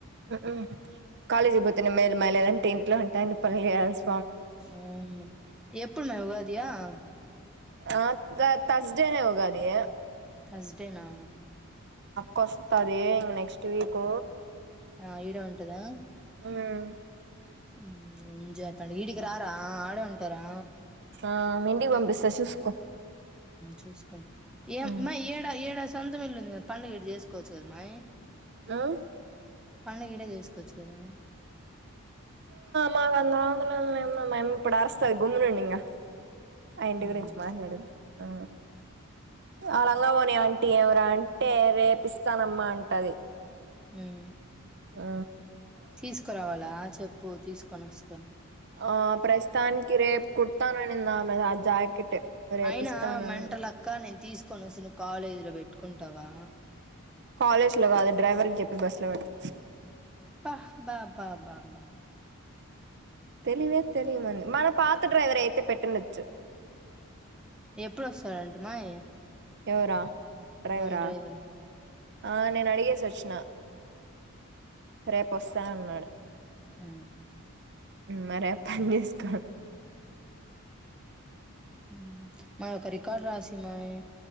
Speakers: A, on the right; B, in the centre.
A: ఉహ్ హు కాలేజి పోతేనే మేల్ మైలేదంత తి ఇంట్లా ఉంటాయిన్ని పనులు చేయల్సి
B: ఉహ్మ ఎప్పుడు మ ఉగాది ఆహ్
A: ఆ థా థర్స్డేనే ఉగది
B: థర్స్డేనా
A: కొస్తది ఇంగ్ నెక్స్ట్ వీక్
B: ఆ ఇడే ఉంటదా
A: మ్మ్
B: సీ ఎంజాయ్ పండ్ ఇడికి రారా ఆడే ఉం టారా
A: ఆ మీ ఇంటికి పంపిస్తా చుసుకో
B: చూసుకోండి ఏ
A: మ్మ్
B: మ ఏడా ఏడా సొంతం ఇల్ళ పండడుగ ఇట్టు చేసుకోవచ్చు కదమ్మా
A: హ్మ
B: పండగీడ చేసుకోవచ్చు కదా
A: మాకు అందంద మ ఇప్పుడు అస్తారు గుమ్మునుండు ఇకా ఆయంటి
B: ఉమ్
A: గురించి మాట్లాడండి ఆ ఆ రంగ పోని అంటీ ఏమిరా అంటే రేపిస్తానమ్మా అంటది
B: మ్మ్
A: ఆ
B: తీసుకురావాలా చెప్పు తీసుకొని వస్తాం
A: ఆ ప్రస్థాన్ కిరే కుడుతానని ఆమె ఆ జాకెట్ రేపిస్తానని
B: అయినా మంట లక్క నేను తీసుకు కొనేసి కాలేజీ లో పెట్టుకుంటావా
A: కాలేజ్ లో కాదు డ్రైవర్ కి చెప్పి బస్ లో పెడతా
B: బహ్ బా బా బా బ
A: తెలివే తెలివంది మన పాత డ్రైవర్ అయితే పెట్టండచ్చు
B: ప్రసారంట మాయ
A: ఎవరా డ్రైవరా
B: వన్ డ్రైవర్
A: ఆ నేను అడిగేసి వచ్చిన రే వస్తాన ఉన్నాడు
B: అ
A: మరి పని చేసుకో
B: మ్మ్ మై ఒక రికార్డు రాసి ఇయ్యి మయి